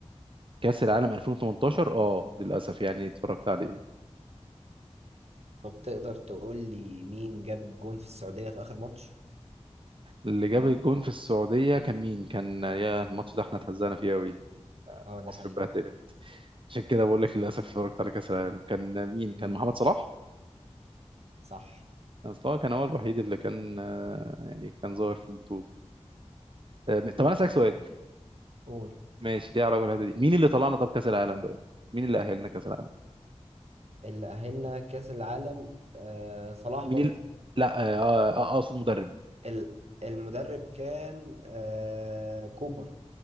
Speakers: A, on the right; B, on the right.
A: كأس العالم 2018 اه للأسف يعني اتفرجت عليه
B: طب تقدر تقول لي مين جاب الجون في السعودية في آخر ماتش؟
A: اللي جاب الجون في السعودية كان مين كان يا الماتش ده احنا اتهزقنا فيه قوي
B: اه ده
A: مصر
B: حقيقي
A: اتبهدلت عشان كده بقول لك للأسف اتفرجت على كأس العالم كان مين كان
B: امم
A: محمد صلاح
B: صح
A: كان صلاح كان هو الوحيد اللي كان آه، يعني كان ظاهر في البطولة آه، طب أنا أسألك سؤال
B: قول
A: ماشي ليه علاقه بالحته دي مين اللي طلعنا طب كاس العالم دوت مين اللي اهلنا كاس العالم
B: اللي أهلنا كأس العالم آه صلاح
A: مين
B: برضه
A: اللي... لا آه، آه، اقصد مدرب
B: ال- المدرب كان آه كوبر